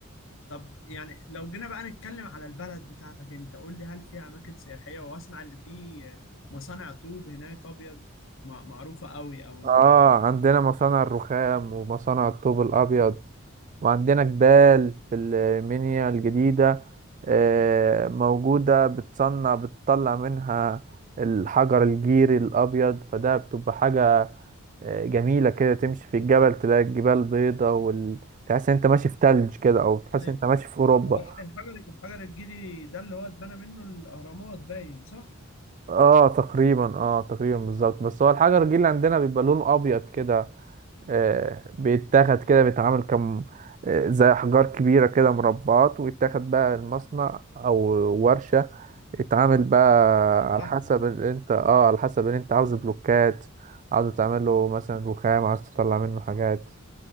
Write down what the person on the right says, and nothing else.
اه
عندنا مصانع الرخام ومصانع الطوب الابيض وعندنا جبال في المنيا الجديدة آه، موجودة بتصنع بتطلع منها الحجر الجيري الأبيض فده بتبقى حاجة آه، جميلة كده تمشي في الجبل تلاقي الجبال بيضة وال... تحس إن أنت ماشي في تلج كده أو تحس
إن أنت ماشي في أوروبا
اه تقريبا اه تقريبا بالظبط بس هو الحجر الجيري اللي عندنا بيبقى لونه أبيض كده آه، بيتاخد كده بيتعمل كم آه، زي أحجار كبيرة كده مربعات ويتاخد بقى المصنع أو ورشة يتعامل بقى
على حسب اللي أنت اه على حسب اللي أنت عاوز بلوكات عاوز تعمل له مثلا رخام عاوز تطلع منه حاجات